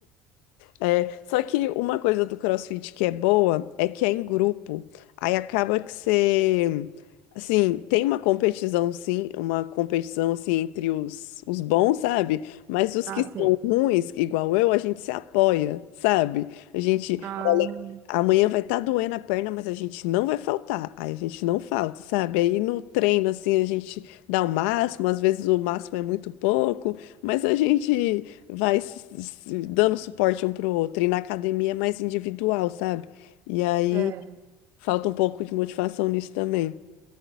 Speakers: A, on the left (about 85°); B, on the right (about 50°).
A: É, só que uma coisa do CrossFit que é boa é que é em grupo. Aí acaba que você, assim, tem uma competição sim, uma competição assim entre os, os bons, sabe? Mas os
B: Ah,
A: que
B: sei.
A: são ruins, igual eu, a gente se apoia, sabe? A gente,
B: Ah,
A: olha, amanhã vai estar doendo a perna, mas a gente não vai faltar. Aí a gente não falta, sabe? Aí no treino assim a gente dá o máximo, às vezes o máximo é muito pouco, mas a gente vai se- se dando suporte um pro outro. E na academia é mais individual, sabe? E aí
B: é.
A: falta um pouco de motivação nisso também.